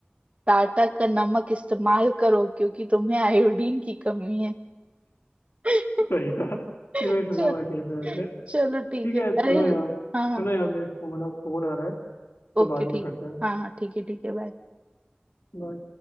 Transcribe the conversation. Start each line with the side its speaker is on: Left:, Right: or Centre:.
Right: टाटा का नमक इस्तेमाल करो क्योंकि तुम्हें आयोडीन की कमी है <laughs>
Left: सही था ये मैंने सुना
Right: चल
Left: हुआ है कहीं पे वैसे
Right: चलो ठीक
Left: ठीक
Right: है अरे
Left: है सुनो यार
Right: हाँ हाँ
Left: सुनो यार मेरे फोन फोन आ रहा है तो
Right: ओके
Left: बाद
Right: ठीक
Left: में करते हैं
Right: हाँ हाँ ठीक है ठीक है बाय
Left: बाय